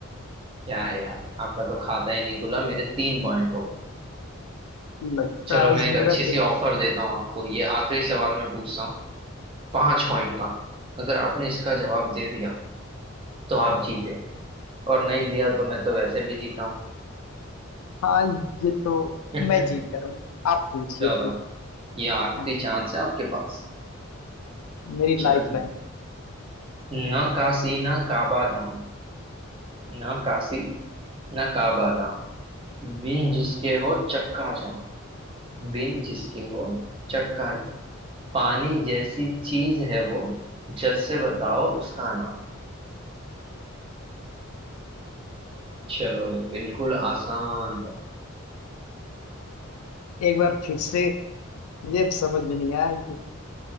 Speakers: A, on the right; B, on the left.
A: क्या है यार आपका तो खाता ही नहीं खुला मेरे तीन पॉइंट हो गए
B: लगता
A: चलो
B: है
A: मैं
B: आज
A: एक
B: मेरा
A: अच्छी
B: दिन
A: सी ऑफर देता हूँ आपको ये आखिरी सवाल मैं पूछता हूँ पांच पॉइंट का अगर आपने इसका जवाब दे दिया तो आप जीते और नहीं दिया तो मैं तो वैसे भी जीता हूँ
B: हाँ ये तो
A: <laughs>
B: मैं जीत कर रहा हूँ आप पूछिए
A: चलो
B: फिर
A: ये आखिरी
B: हाँ
A: चांस है आपके पास
B: मेरी
A: चलो
B: लाइफ लाइन
A: न काशी न काबा धाम न काशी न काबा धाम बिन जिसके हो चक्का जाम बिन जिसके हो चक्का जाम पानी जैसी चीज है वो जस से बताओ उसका नाम चलो ये बिल्कुल आसान है
B: एक बार फिर से ये समझ में नहीं आया ये